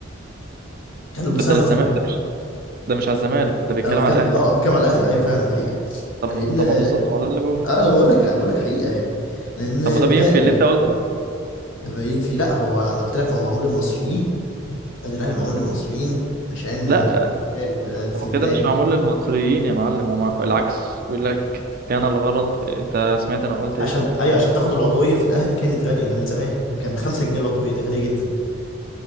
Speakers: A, on the left; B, on the right.
A: كان المساهمه
B: ده ده للزمالك
A: في
B: ده مش ده مش على الزمالك ده بيتكلم
A: انا بتكلم
B: على الأهلي
A: اه بتكلم على الاهلي ايوه فعلا دي حقيقه
B: طب
A: لان
B: ما طب ما بالظبط ما ده اللي بقوله
A: اه انا بقول
B: آه.
A: لك بقول لك حقيقه يعني لان
B: طب ما ده
A: بناء
B: بينفي
A: ال-
B: اللي أنت قلته
A: باين فيه لا هو انا قلت لك هو معمول للمصريين النادي الاهلي معمول للمصريين عشان
B: لا
A: ده الاحتلال في
B: هو
A: البدايه
B: كده مش معمول للمصريين يا معلم هو مع... العكس بيقول لك كان الغرض أنت سمعت أنا قلت
A: عشان
B: إيه
A: ايوه عشان تاخد العضويه في الاهلي كانت غاليه ده من زمان ده كان ب 5 جنيه العضويه دي غاليه جدا